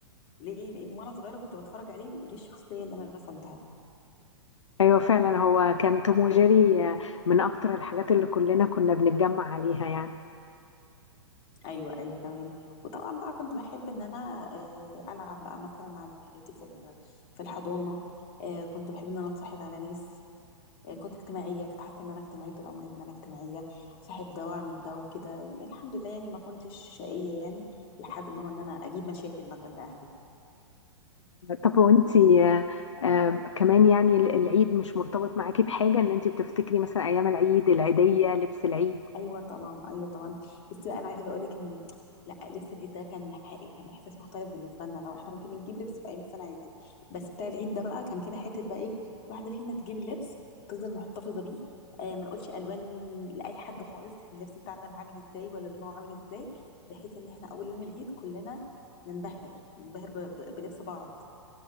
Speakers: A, on the left; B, on the left.
A: ليه لان وانا صغيره كنت بتفرج عليه ودي الشخصيه اللي انا رسمتها
B: ايوه فعلا هو كان توم وجيري آه، من اكتر الحاجات اللي كلنا كنا بنتجمع عليها يعني
A: ايوه ايوه تمام وطبعا بقى كنت بحب ان انا آه، العب بقى مثلا مع زميلتي في ال- في الحضانه آه، كنت بحب ان انا اتصاحب على ناس آه، كنت اجتماعيه كنت حاسه ان انا اجتماعيه طول عمري ان انا اجتماعيه صاحب ده واعمل ده وكده يعني الحمد لله يعني ما كنتش شقيه يعني لحد ان هو ان انا اجيب مشاكل مثلا لاهلي
B: طب وانتي آه، آه، كمان يعني ال- العيد مش مرتبط معاكي بحاجة ان انتي بتفتكري مثلا ايام العيد العيدية لبس العيد
A: ايوه طبعا ايوه طبعا بس بقى انا عايزه اقول لك ان لا لبس العيد ده كان حقيقي كان احساس مختلف بالنسبه لنا لو احنا ممكن نجيب لبس في ايام السنه عادي بس بتاع العيد ده بقى كان فينا حته بقى ايه كل واحده فينا تجيب اللبس تفضل محتفظه بيه آه ما نقولش الوان لاي حد خالص احنا اللبس بتاعنا اللي عامل ازاي ولا لونه عامل ازاي بحيث ان احنا اول يوم العيد كلنا ننبهر ننبهر ب- ب- بلبس بعض